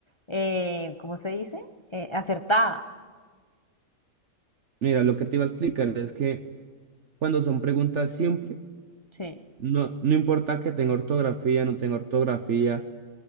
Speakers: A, on the left; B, on the right.
A: eh, ¿cómo se dice? Eh, acertada.
B: mira, lo que te iba a explicar es que cuando son preguntas simples,
A: Sí.
B: no, no importa que tenga ortografía, no tenga ortografía,